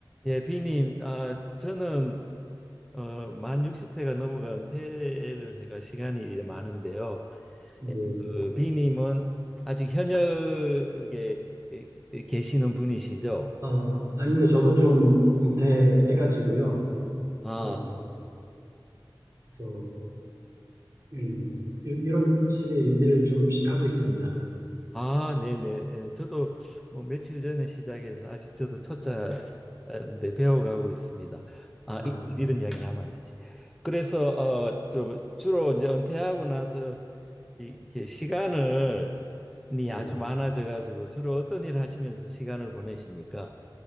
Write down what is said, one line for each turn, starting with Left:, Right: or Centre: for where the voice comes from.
Centre: 예, 비님, 아, 저는 어, 만 60세가 넘어가 은퇴를 해가 시간이 이제 많은데요.
Right: 예.
Centre: 예, 그 비님은 아직 현역에 에, 계시는 분이시죠?
Right: 아, 아닙니다. 저도 좀 은퇴해가지고요.
Centre: 아,
Right: 예. 그래서, 음, 이- 이런 식의 일들을 좀씩 하고 있습니다.
Centre: 아, 네네. 예, 저도 뭐 며칠 전에 시작해서 아직 저도 초짜인데 배워가고 있습니다. 아,
Right: 아,
Centre: 이, 런 이야기는 하면 안 되지. 그래서 어, 저 주로 이제 은퇴하고 나서 이- 이게 시간을 이 네.
Right: 예.
Centre: 아주 많아져 가지고 주로 어떤 일 하시면서 시간을 보내십니까?